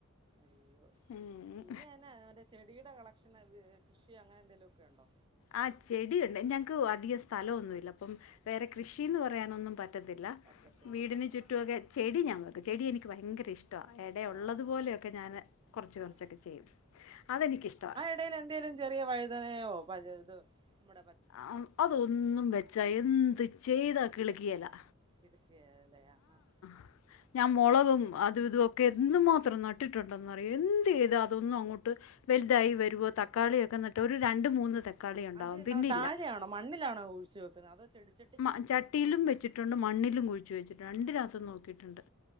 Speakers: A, on the right (about 20°); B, on the left (about 75°).
A: അയ്യോ
B: ഉം
A: പിന്നെന്നാ മറ്റേ ചെടിയുടെ കളക്ഷന് ഏഹ് കൃഷി അങ്ങനെ എന്തേലൊക്കെ ഉണ്ടോ?
B: ആഹ് ചെടിയുണ്ട്. ഞൻക്ക് അധികം സ്ഥലോന്നൂല്ല അപ്പം വേറെ കൃഷീന്ന്
A: ഉം
B: പറയാനൊന്നും പറ്റത്തില്ല.
A: പറ്റത്തില്ല
B: വീടിന് ചുറ്റുവൊക്കെ
A: ആ
B: ചെടി ഞാൻ വെക്കും. ചെടി എനിക്ക് ഭയങ്കര ഇഷ് ടാ. എടെ
A: ഇഷ്ടാ
B: ഒള്ളതു പോലെയൊക്കെ ഞാന് കൊറച്ച് കൊറച്ചൊക്കെ
A: ആ
B: ചെയ്യും. അതെനിക്കിഷ്ടവാ.
A: ഇടേല് എന്തെേലും ചെറിയ വഴുതനയോ മറ്റേ തോ മൊ
B: ആഹ് അതൊന്നും വെച്ചാ എന്ത് ചെയ്താ കിളക്കിയേലാ.
A: കിളക്കിയേലലെ ഹ ഹ
B: <unintelligible> ഞാമൊളകും അതും ഇതുമൊക്കെ എന്തു മാത്രം നട്ടിട്ടുണ്ടെന്നറിയോ എന്തീതാ
A: ആഹ്
B: അതൊന്നും അങ്ങോട്ട് വൽതായി വരുവോ തക്കാളിയൊക്കെ നട്ട് ഒരു രണ്ട് മൂന്ന് തക്കാളി ഒണ്ടാവും.
A: അത്
B: പിന്നെ
A: ന താഴെയാണോ
B: ഇല്ല.
A: മണ്ണിലാണോ കുഴിച്ച് വെക്കുന്ന അതോ ചെടിച്ച
B: മ ചട്ടിയിലും വെച്ചിട്ടുണ്ട് മണ്ണിലും കുഴിച്ച് വെച്ചിട്ട് രണ്ടിനകത്തും നോക്കിയിട്ടുണ്ട്.